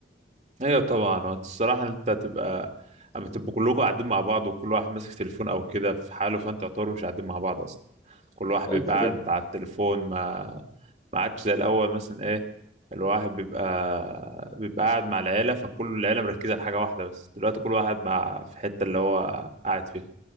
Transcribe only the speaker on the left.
رأيك
في
كده؟